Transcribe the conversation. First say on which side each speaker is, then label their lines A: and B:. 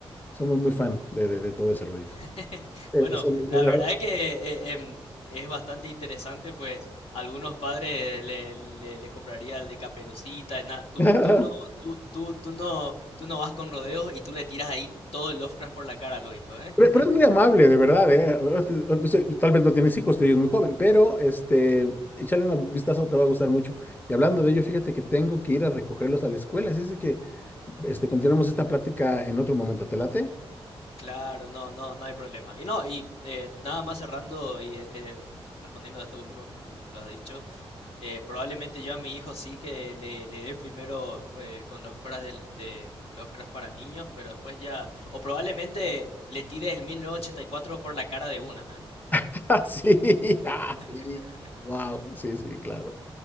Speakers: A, on the left; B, on the left.
A: somos muy fan de, de de todo ese rollo.
B: <laughs>
A: Eh,
B: Bueno,
A: eso,
B: la
A: la verdad.
B: verdad es que eh, em, es bastante interesante, pues algunos padres le, le, le compraría el de Caperucita, na- tú,
A: <laughs>
B: tú no, tú, tú, tú no, tú no vas con rodeos y tú le tiras ahí todo el Lovecraft por la cara a los hijos, ¿eh?
A: Pero,
B: <laughs>
A: pero es muy amable, de verdad, ¿eh? O- o- no sé, tal vez no tienes hijos, tú eres muy joven, pero este, échale un vistazo, te va a gustar mucho. Y hablando de ello, fíjate que tengo que ir a recogerlos a la escuela, así es de que este, continuemos esta plática en otro momento, ¿te late?
B: Claro, no, no, no hay problema. Y no, y eh, nada más cerrando y eh, eh, respondiendo a esto último que tú lo has dicho, Eh, probablemente yo a mi hijo sí que le, le dé primero eh, con Lovecraft del, de Lovecraft para niños, pero después ya... O probablemente le tire el 1984 por la cara de una,
A: <laughs> sí, ah,
B: ¿eh?
A: sí,
B: <laughs>
A: wow, sí, sí, claro.